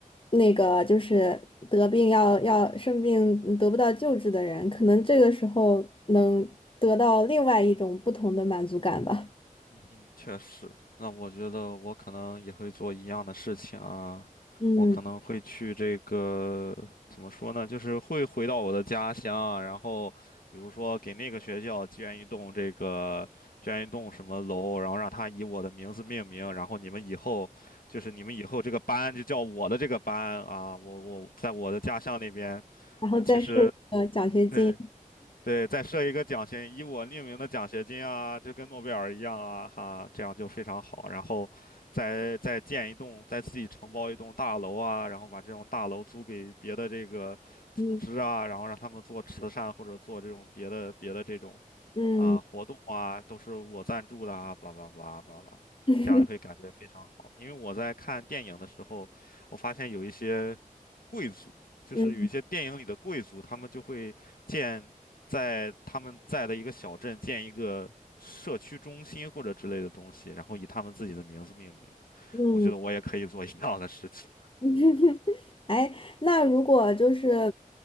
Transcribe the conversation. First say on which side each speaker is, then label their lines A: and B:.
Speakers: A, on the left; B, on the left.
A: 那个就是得病要要生病得不到救治的人，可能这个时候能得到另外一种不同的满足感吧。
B: 嗯哼，确实。那我觉得我可能也会做一样的事情啊，
A: 嗯。
B: 我可能会去这个，怎么说呢，就是会回到我的家乡啊，然后比如说给那个学校捐一栋这个，捐一栋什么楼，然后让它以我的名字命名，然后你们以后就是你们以后这个班就叫我的这个班啊，我我在我的家乡那边，
A: 然后再设一个奖学金。
B: 其实。对。对，再设一个奖学，以我命名的奖学金啊，就跟诺贝尔一样啊，哈，这样就非常好。然后再，再建一栋，再自己承包一栋大楼啊，然后把这种大楼租给别的这个组织啊，
A: 嗯
B: 然后让他们做慈善或者做这种别的别的这种
A: 嗯
B: 啊活动啊，都是我赞助的啊，巴拉巴拉巴拉巴拉，
A: <laughs>
B: 这样就会感觉非常好。因为我在看电影的时候，我发现有一些。贵就是有一些电影里的贵族，
A: 嗯
B: 他们就会建在他们在的一个小镇建一个社区中心或者之类的东西，然后以他们自己的名字命名。
A: 嗯，
B: 我觉得我也可以做一样的事情。
A: <laughs> 哎，那如果就是，